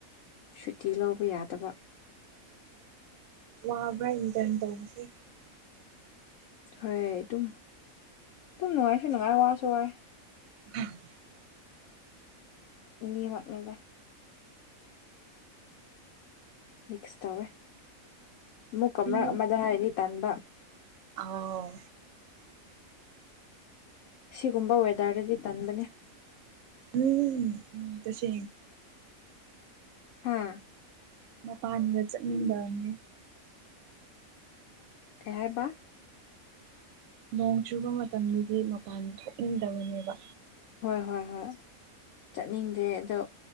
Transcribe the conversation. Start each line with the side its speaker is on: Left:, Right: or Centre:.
Left: ꯁꯨꯇꯤ ꯂꯧꯕ ꯌꯥꯗꯕ
Right: ꯋꯥꯕ꯭ꯔꯥ ꯏꯟꯇꯔꯟ ꯇꯧꯕꯁꯦ
Left: ꯍꯣꯏ ꯑꯗꯨꯝ ꯑꯗꯨꯝ ꯅꯨꯡꯉꯥꯏꯁꯨ ꯅꯨꯡꯉꯥꯏ ꯋꯥꯁꯨ ꯋꯥꯏ
Right: <unintelligible>
Left: ꯑꯅꯤꯃꯛ ꯅꯦꯗ ꯃꯤꯛꯁ ꯇꯧꯋꯦ ꯑꯃꯨꯛ
Right: ꯌꯨꯝꯗ
Left: ꯃꯔꯛ ꯑꯃꯗ ꯍꯥꯏꯗꯤ ꯇꯟꯕ
Right: ꯑꯥꯎ
Left: ꯁꯤꯒꯨꯝꯕ ꯋꯦꯗꯔꯗꯗꯤ ꯇꯟꯕꯅꯦ
Right: ꯎꯝ ꯎꯝ ꯇꯁ
Left: ꯍꯥꯥ
Right: ꯃꯄꯥꯟꯒ ꯆꯠꯃꯤꯡꯗꯝꯅꯤ
Left: ꯀꯩ ꯍꯥꯏꯕ
Right: ꯅꯣꯡ ꯆꯨꯕ ꯃꯇꯝꯗꯗꯤ ꯃꯄꯥꯟ ꯊꯣꯛꯅꯤꯡꯗꯕꯅꯦꯕ
Left: ꯍꯣꯏ ꯍꯣꯏ ꯍꯣꯏ ꯆꯠꯅꯤꯡꯗꯦ ꯑꯗꯣ